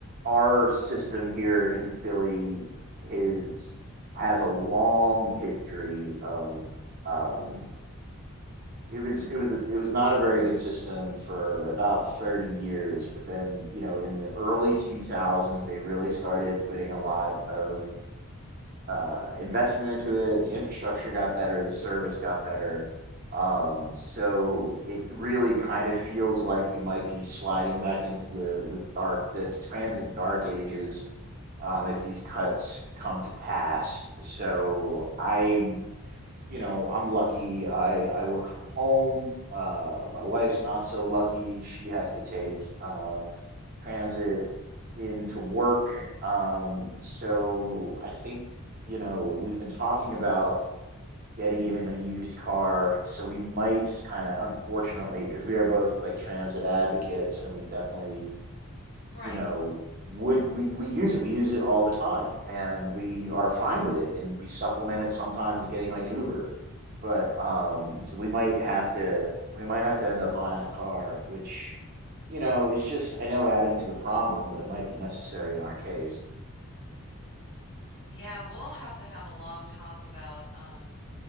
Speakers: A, on the right; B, on the left.
A: our system here in Philly is has a long history of um it was it was it was not a very good system for about 30 years but then you know in the early 2000s they really started putting a lot of uh, investment into it the infrastructure got better the service got better um, so it really kind of feels like we might be sliding back into the the dark the transit dark ages um, if these cuts come to pass so i'm you know, I'm lucky. I I work from home. Uh, my wife's not so lucky. She has to take uh, transit into work. Um, so I think, you know, we've been talking about getting even a used car. So we might just kind of, unfortunately, because we are both like transit advocates, and we definitely
B: Right.
A: you know, would we we use it? We use it all the time, and we are fine with it, and we supplement it sometimes getting like an Uber. But um, so we might have to we might have to end up buying a car, which you know is just I know adding to the problem, but it might be necessary in our case.
B: Yeah, we'll have to have a long talk about um,